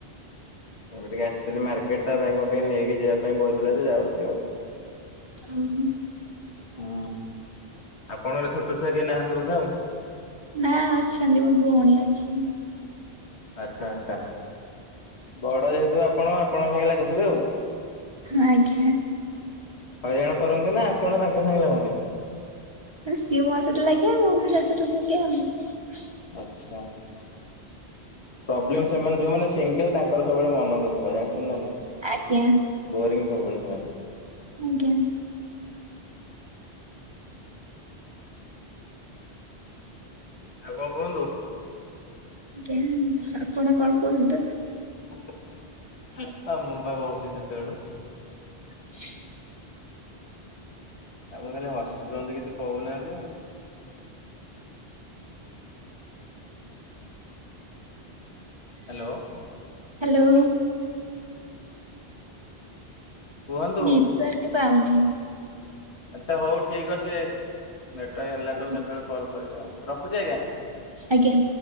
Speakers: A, on the left (about 80°); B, on the right (about 30°).
A: ଏବେ ଟିକେ ଆସିଥିଲି ମାର୍କେଟ ତାପାଇଁ ମୁଁ ଟିକେ ନେଇକି ଯିବା ପାଇଁ କହିଥିଲାଯେ ଯାଉଛି ଆଉ
B: ଆ ହୁଁ।
A: ହୁଁ ଆପଣଙ୍କଘରେ ଛୋଟ ଛୁଆ କେହି ନାହାନ୍ତି ବୋଧେ ଆଉ
B: ନାଁ ଅଛନ୍ତି ମୋ ଭଉଣୀ ଅଛି।
A: ଆଚ୍ଛା ଆଚ୍ଛା ବଡ ଯେହେତୁ ଆପଣ ଆପଣଙ୍କ ସାଙ୍ଗେଲାଗୁଥିବେ ଆଉ
B: ଆଜ୍ଞା।
A: ହଇରାଣ କରନ୍ତିନା ଆପଣ ତାଙ୍କ ସାଙ୍ଗେ ଲାଗନ୍ତି।
B: ମାନେ ସିଏ ମୋ ସହିତ ଲାଗିବ ମୁଁବି ତାସହିତ ଲାଗେ ଆଉ
A: ହଁ। ପ୍ରବ୍ଲେମ ସେମାନେ ଯୋଉମାନେ ସିଙ୍ଗଲ ତାଙ୍କର ସବୁବେଳେ ମନ ଦୁଃଖ ଜାଣିଛନ୍ତିନା ନାହିଁ।
B: ଆଜ୍ଞା।
A: ବୋରିଙ୍ଗ ସବୁବେଳେ ସେମାନେ
B: ଆଜ୍ଞା।
A: <inaudible> ଆଉ କଣ କୁହନ୍ତୁ?
B: ଆଜ୍ଞା ଆପଣ କଣ କୁହନ୍ତୁ?
A: <unintelligible> ଆଉ ମୁଁ ପା କହୁଛି ସେତେବେଳୁ
B: <inaudible>
A: ଆପଣ ଖାଲି ହସୁଚନ୍ତି କିଛି କହୁନାହାନ୍ତି ଆଉ ହାଲୋ।
B: ହାଲୋ।
A: କୁହନ୍ତୁ
B: ନିଟିୱାର୍କ ପାଉନେହିଁ।
A: ଆଚ୍ଛା ହଉ ଠିକ ଅଛି ନେଟାୱାର୍କ ହେଲାଠୁ
B: ଆଜ୍ଞା
A: କେତେବେଳେ କଲ୍ କରିବେ ଆଉ ରଖୁଛି ଆଜ୍ଞା।
B: ଆଜ୍ଞା।